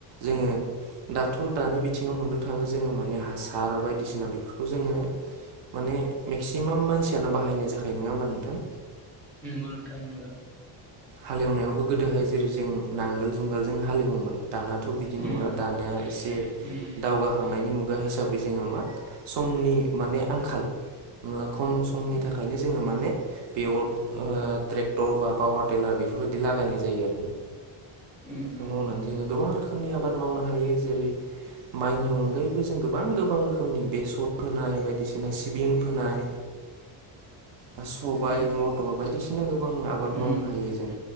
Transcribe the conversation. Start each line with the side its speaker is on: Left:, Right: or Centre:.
Right: जोङो दाथ' दानि बिथिङाव नुनो थाङो जोङो माने हासार बायदिसिना बेफोरखौ जोङो माने मेक्सिमाम मानसियानो बाहायनाय जाखायो नङा होमबा नोंथां?
Centre: नंगौ नोंथां नोंगो।
Right: हालेवनायावबो गोदोहाय जेरै जों नांगोल जुंगाल जों हालएवोमोन दानाथ' बिदि
Centre: उम
Right: नंला दानिया एसे
Centre: उम
Right: दावगाहांनायनि मु गा हिसाबै जोङो मा समनि माने आंखाल खम समनि
Centre: उम
Right: थाखायनो जोङो माने बेगट ओ ट्रेक्टर बा पावा टेला बेफोरबायदि लागायनाय जायो आरोना
Centre: उम उम
Right: खौ मावनानै जोङो गोबां रोखोमनि आबाद मावनो हायो जेरै माइनि अनगायैबो जों गोबां गोबां रो <unintelligible> बेसर फोनाय बायदिसिना सिबिं फोनाय बा सबाय
Centre: नंगौ
Right: मथ बायदिसिना गोबां आबाद
Centre: उम
Right: मावनो हायो जों